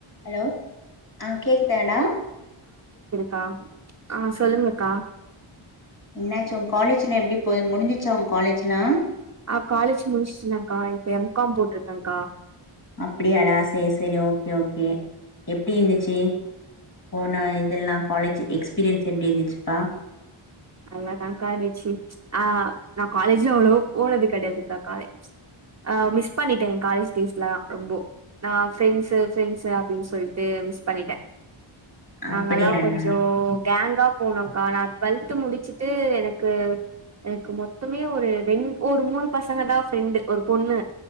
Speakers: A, on the left; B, on the right.
A: ஹலோ ஆ கேக்குதாடா
B: க்கா ஆ சொல்லுங்கக்கா
A: என்னாச்சு உங் காலேஜ்லா எப்டி போ முடிஞ்சிச்சா உங் காலேஜ்லா
B: ஆ காலேஜ் முடிச்சுட்டனாக்கா இப்ப எம் காம் போட்டிருக்கேன்க்கா
A: அப்டியாடா சேர் சேரி ஓ ஓகே ஓகே எப்டி இந்துச்சி போன இதெல்லா காலேஜ் எக்ஸ்பீரியன்ஸ் எப்டி இந்துச்சிப்பா
B: நல்லாதான்க்கா இருச்சி ஆ நா காலேஜ்லா அவ்ளோவா போனதுக் கடையாதுக்கா காலேஜ் ஆ மிஸ் பண்ணிட்டேன் என் காலேஜ் டேஸ்லாம் ரொம்போ நா ஃப்ரெண்ட்ஸ்ஸு ஃப்ரெண்ட்ஸ்ஸு அப்டின்னு சொல்ட்டு மிஸ் பண்ணிட்டேன் நாங்கல்லா
A: அப்படியாடா
B: கொஞ்சோ கேங்காப் போனோம்கா நா ட்வெல்த் முடிச்சுட்டு எனக்கு எனக்கு மொத்தமே ஒரு ரெண் ஒரு மூணுப் பசங்க தான் ஃப்ரெண்டு ஒருப் பொண்ணு